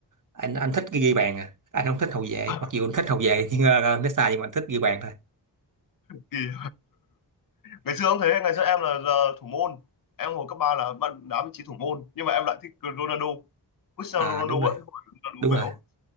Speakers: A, on the right (about 45°); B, on the left (about 50°).
A: anh anh thích ghi bàn à anh không thích hậu vệ
B: <laughs>
A: mặc dù anh thích hậu vệ <laughs> nhưng ờ, nó sai nhưng mà anh thích ghi bàn thôi
B: Kỳ. Ngày xưa không thế, ngày xưa em là, là thủ môn. Em hồi cấp 3 là bạn đá vị trí thủ môn, nhưng mà em lại thích Ronaldo. Cristiano
A: à
B: Ronaldo
A: đúng rồi
B: ấy, không phải Ronaldo
A: đúng rồi
B: béo.